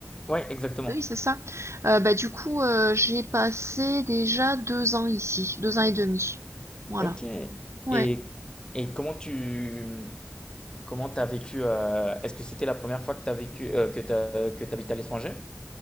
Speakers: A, on the left (about 15°); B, on the right (about 60°).
A: Ouais, exactement.
B: Oui, c'est ça. Euh, bah, du coup, euh, j'ai passé déjà deux ans ici, deux ans et demi. Voilà.
A: Ok.
B: Ouais.
A: Et, et comment tu comment t'as vécu euh, est-ce que c'était la première fois que t'as vécu euh, que t'as, que t'habites à l'étranger?